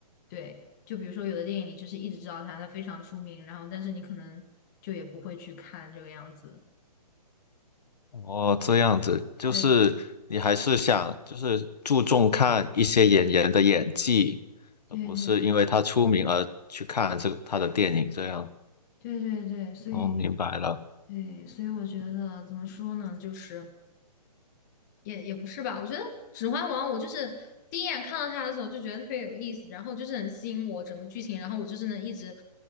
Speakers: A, on the left (about 25°); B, on the left (about 75°).
A: 对，就比如说有的电影你就是一直知道他，他非常出名，然后但是你可能就也不会去看这个样子。
B: 哦，这样子，就是你还是想就是注重看一些演员的演技，
A: 对
B: 而不是因为他出名而去看这个他的电影这样。
A: 对对对对对，所以
B: 哦，明白了。
A: 对，所以我觉得怎么说呢，就是。也也不是吧，我觉得《指环王》，我就是第一眼看到它的时候就觉得特别有意思，然后就是很吸引我整个剧情，然后我就是能一直